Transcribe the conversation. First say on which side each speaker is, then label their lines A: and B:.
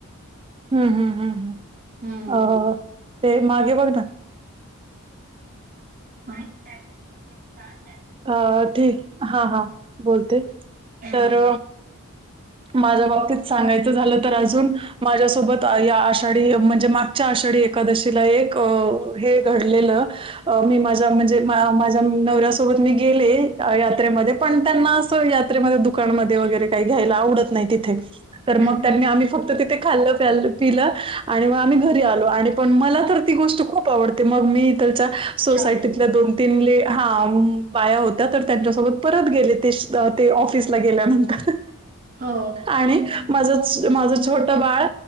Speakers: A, on the right (about 25°); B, on the right (about 40°).
A: हम हम हम,, अ
B: हम्म
A: ते मागे बघ ना.
B: माहित <inaudible>
A: अ ठीक, हा हा बोलते
B: हा
A: तर माझ्या बाबतीत सांगायचं झालं तर अजून, माझ्यासोबत या आषाढी म्हणजे च्या आषाढी एकादशीला एक, हे घडलेलं अ मी माझ्या म्हणजे माझ्या नवऱ्यासोबत मी गेले यात्रेमध्ये पण त्यांना असं यात्रेमध्ये दुकानमध्ये वगैरे काही घ्यायला आवडत नाही तिथे, तर मग
B: हो
A: त्यांनी आमी फक्त तिथे खाल प्याल पिल आणि मग आम्ही घरी आलो, आणि पण मला तर ती गोष्ट खूप आवडते. मग मी त्याच्या सोसायटीतल्या
B: शॉपिंग
A: दोन तीनले हा म बाया होत्या, तर त्यांच्यासोबत परत गेले ते ते ऑफिसला गेल्यानंतर
B: हो
A: आणि माझ माझं छोट बाळ